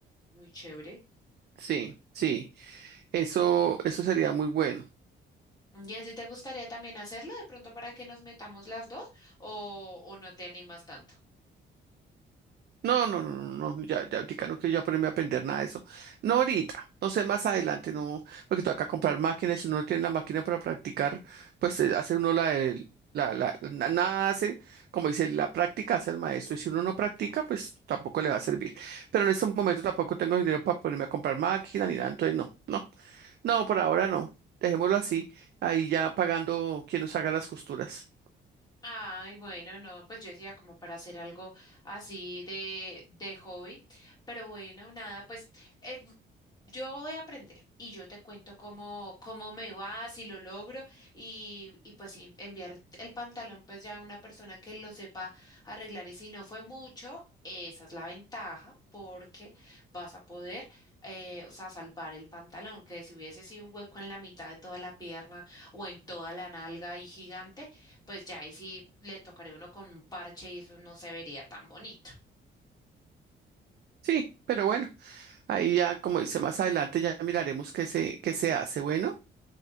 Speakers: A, on the left (about 20°); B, on the right (about 55°).
A: Muy chévere.
B: Sí, sí. Eso, eso sería muy bueno.
A: ¿Y a ti te gustaría también hacerlo de pronto para que nos metamos las dos o, o no te animas tanto?
B: No, no, no, no, no, ya, ya ahorita no quiero yo ponerme a aprender nada de eso. No ahorita, no sé, más adelante, no, porque toca comprar máquinas, si uno no tiene la máquina para practicar, pues eh, hace uno la del- la, la, na- nada hace, como dice, la práctica hace el maestro, y si uno no practica, pues tampoco le va a servir. Pero en este momento tampoco tengo dinero para ponerme a comprar máquina ni nada, entonces no, no, no, por ahora no, dejémoslo así, ahí ya pagando quien nos haga las costuras.
A: Ay, bueno, no, pues yo decía como para hacer algo así de, de hobby, pero bueno, nada, pues eh, yo voy a aprender y yo te cuento cómo, cómo me va, si lo logro y, y pues sí, enviar el pantalón pues ya a una persona que lo sepa arreglar y si no fue mucho, esa es la ventaja porque vas a poder, eh, o sea, salvar el pantalón, que si hubiese sido un hueco en la mitad de toda la pierna o en toda la nalga y gigante pues ya ahí sí le tocaré uno con un parche y eso no se vería tan bonito.
B: Sí, pero bueno, ahí ya, como dice más adelante, ya miraremos qué se, qué se hace. Bueno,